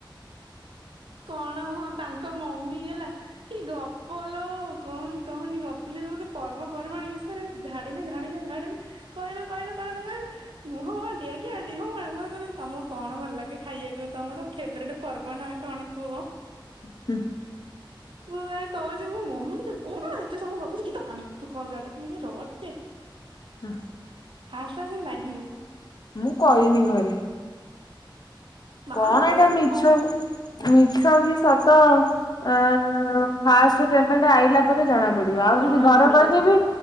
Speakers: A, on the right; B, on the left.
A: କଣ ହଁ ତାଙ୍କ ମମି ହେଲା କି ଗପଲୋ କହନି କହନି ଗପିଲେ ଯେ ମତେ ପର୍ବପର୍ବାଣୀ ବିଷୟରେ ଝାଡିଲେ ଝାଣିଲେ ଝାଡିଲେ କହିଲେ କହିଲେ କହିଲେ କହିଲେ ମୁଁ ହଉ ଆଣ୍ଟି ଆଜ୍ଞା ଆଣ୍ଟି ହଉ ମା ମତେ କହୁଚନ୍ତି ତମକୁ କଣ ଭଲ ଲାଗେ? ଖାଇବାକୁ ତମର ଫେବରାଇଟ ପର୍ବ ନା କଣ? କୁହ?
B: ଉ ହୁଁ
A: ମୁଁ ବା କହୁଚି ମୋ ମମି ତ ଚି କଣ ଏତେ ସମୟ ଗପୁଚି କିଛି ଦରକାର ନାହିଁ ତୁ କଲ କାଟେ ମୁଁ କହିଲି ରହ ଟିକେ
B: ହୁଁ
A: ଫାଷ୍ଟ ଫାଷ୍ଟ ସେମିତି ଲାଗିବ
B: ମୁଁ କଇନି ଘରେ
A: ମାମ୍
B: କଣ
A: କହିବେ
B: ଏଇଟା ମିଛ
A: ମମି
B: କ ମିଛ କି ସତ ଆଁ ଫାଷ୍ଟ ପେମେଣ୍ଟ ଆଇଲା ପରେ ଜଣା ପଡିବ ଆଉ
A: ଜଣା
B: ଯଦି ଘର
A: ପଡିବ।
B: କହିଦେବି